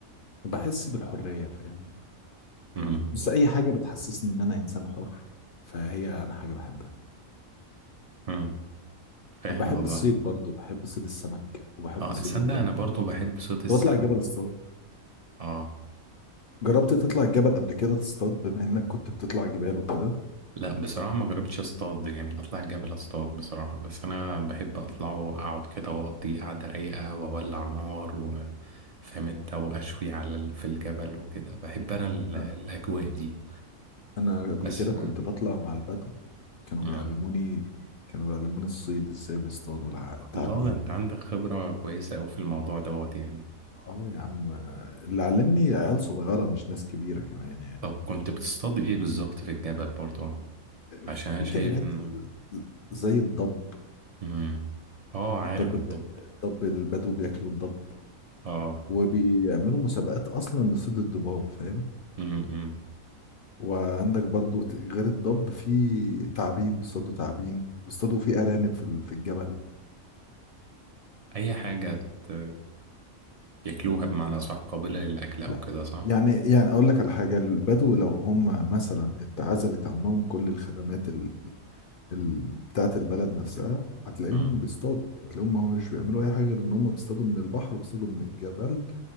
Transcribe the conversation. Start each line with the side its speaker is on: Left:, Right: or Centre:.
Left: بحس بالحرية فاهم
Right: مم.
Left: بس اي حاجة بتحسسني ان انا انسان حر فهي انا حاجة بحبها
Right: مم. فاهم
Left: بحب
Right: قصدك
Left: الصيد برضو بحب صيد السمك وبحب
Right: اه
Left: صيد
Right: تصدق
Left: الجبل
Right: انا برضو بحب صوت السمك
Left: كنت بطلع الجبل الصغير
Right: اه
Left: جربت تطلع الجبل قبل كده تصطاد بما انك كنت بتطلع جبال وكده
Right: لا بصراحة ما جربتش اصطاد يعني اطلع الجبل اصطاد بصراحة بس انا بحب اطلع واقعد كده واقضي قعدة رايقة واولع نار و فاهم انت واشوي على ال... في الجبل وكده بحب انا ال... الاجواء
Left: أ-
Right: دي
Left: انا قبل
Right: بس
Left: كده كنت بطلع مع البدو كانوا
Right: آه.
Left: بيعلموني كانوا بيعلموني الصيد ازاي بيصطادوا الع- التعابين
Right: الله ده انت عندك خبرة كويسة اوي في الموضوع دوت يعني
Left: اه يا عم اللي علمني عيال صغيرة مش ناس كبيرة كمان يعني
Right: طب
Left: والله
Right: كنت بتصطاد ايه بالظبط في الجبل برضو عشان
Left: في
Right: انا شايف
Left: كائنات
Right: انه
Left: زي الضب
Right: مم. اه عارف
Left: الضب
Right: الضب
Left: الضب البدو بياكلوا الضب
Right: اه
Left: وبيعملوا مسابقات اصلا لصيد الضباب فاهم
Right: مم. مم.
Left: وعندك برضو ت- غير الضب في تعابين بيصطادوا تعابين بيصطادوا في أرانب في ال- في الجبل
Right: اي حاجة ت... ياكلوها بمعنى صح قابلة للأكل أو
Left: لا
Right: كده صح؟
Left: يعني يعني أقول لك على حاجة البدو لو هم مثلا اتعزلت عنهم كل الخدمات ال... ال... بتاعت البلد نفسها هتلاقيهم
Right: مم.
Left: بيصطادوا هتلاقيهم هم مش بيعملوا أي حاجة غير إن هم بيصطادوا من البحر وبيصطادوا من الجبل